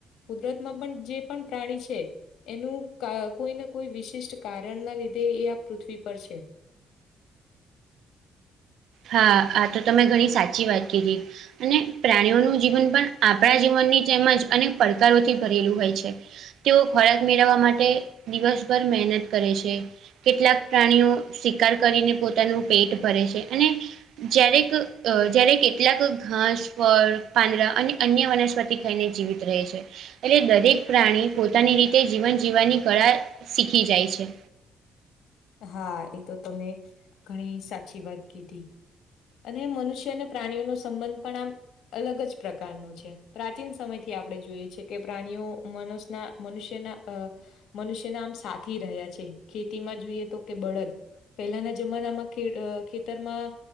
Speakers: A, on the left; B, on the right.
A: કુદરત માં પણ જે પણ પ્રાણી છે. એનું ક કોઈને કોઈ વિશિષ્ટ કારણ ના લીધે એ આ પૃથ્વી પર છે.
B: હા આ તો તમે ઘણી સાચી વાત કધી અને પ્રાણીઓનું જીવન પણ આપણા જીવનની જેમજ અનેક પડકારોથી ભરેલું હોય. છે તેઓ ખોરાક મેળવવા માટે દિવસભર મહેનત કરે છે. કેટલાક પ્રાણીઓ શિકાર કરીને પોતાનું પેટ ભરે છે અને જય્યારેક અ જ્યારે કેટલાક ઘાસ ફળ પાંદડા અને અન્ય વનસ્પતિ ખાઈને જીવિત રહે છે. એટલે દરેક પ્રાણી પોતાની રીતે જીવન જીવવાની કળા શીખી જાય છે.
A: હા એ તો તમે ઘણી સાચી વાત કીધી. અને મનુષ્ય અને પ્રાણીઓનો સંબંધ પણ આમ અલગ જ પ્રકારનો છે પ્રાચીન સમયથી આપણે જોઈએ છીએ કે પ્રાણીઓ મનુશ ના મનુષ્યના અ મનુષ્યના આમ સાથી રહ્યા છે. ખેતીમાં જોઈએ તો કે બળદ પહેલાના જમાનામાં ખેડ ખેતરમાં